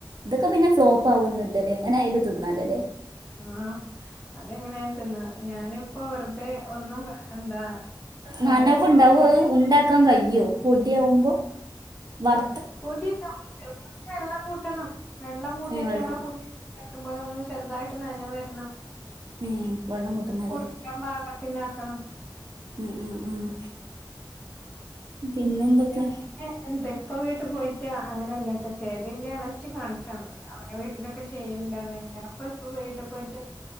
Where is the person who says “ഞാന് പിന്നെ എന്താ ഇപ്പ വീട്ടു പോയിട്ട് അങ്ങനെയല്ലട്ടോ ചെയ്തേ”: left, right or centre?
Left